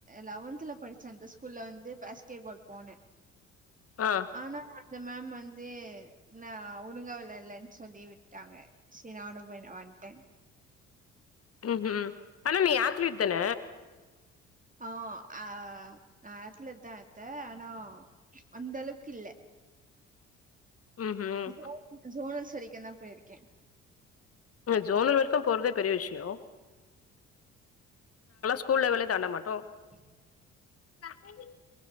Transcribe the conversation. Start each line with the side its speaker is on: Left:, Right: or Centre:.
Right: லெவன்த் டென்த்ல படிச்ச அந்த ஸ்கூல்ல வந்து பாஸ்கெட் பால் போன
Left: ஆ
Right: ஆனா அந்த மேம் வந்து தே நௌ ஒழுங்க வேலலான்னு சொல்லி விட்டாங்க சரி நானு <unintelligible> வன்டே
Left: உஹம் ஆனா நீ அத்லெட் தான
Right: ஆஹ் ஆஹ் அத்லெட் தா அத்தா ஆனா அந்த அளவுக்கு இல்ல
Left: ம்ஹும்
Right: ஜோ ஜோனல் செரி கென பேயிர்கேன்
Left: ஜோனல் வரைக்கும் போறதே பெரிய விஷ்யோம் ஸ்கூல் லெவல்யே தண்டமாட்டோம்
Right: உம் <unintelligible>
Left: ந